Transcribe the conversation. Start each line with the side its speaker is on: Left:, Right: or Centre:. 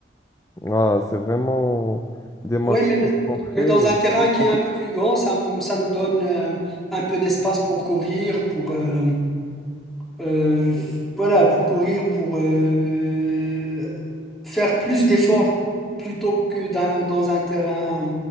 Left: Ah, c'est vraiment des matchs
Centre: Oui, mais,
Left: qui
Centre: d-
Left: sont très,
Centre: mais dans un terrain
Left: très
Centre: qui
Left: compliqués.
Centre: est un peu plus grand, ça, m- ça nous donne euh, un peu d'espace pour courir, pour, euh, euh, voilà, pour courir, pour euh, faire plus d'efforts plutôt que dans, dans un terrain